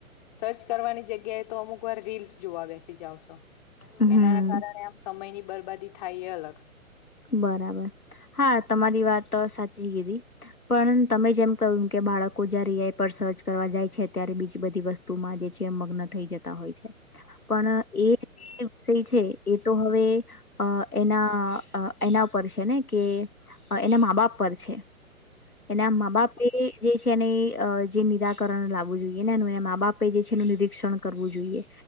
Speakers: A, on the left; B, on the left.
A: સર્ચ કરવાની જગ્યાએ તો અમુક વાર રીલ્સ જોવા આવે. જાવશો
B: હમ
A: એનાના કારણે આમ સમય ની બરબાદી થાય એ અલગ.
B: બરાબર હા તમારી વાત સાચી. જી દીદી પણ તમે જેમ કહ્યું કે બાળકો જયારે એઆઈ પર સર્ચ કરવા જાય છે ત્યારે બીજી બધી વસ્તુ માં જે છે મગ્ન થઈ જતા હોય છે. પણ એ વિષય છે એ તો હવે અ એના એના પરર છે ને કે એના મા બાપ પર છે. એના મા બાપે જે એને જે નિરાકરણ લાવવું જોઈએ ને એ એ મા બાપે જે છે એનું નિરીક્ષણ કરવું જોઈએ.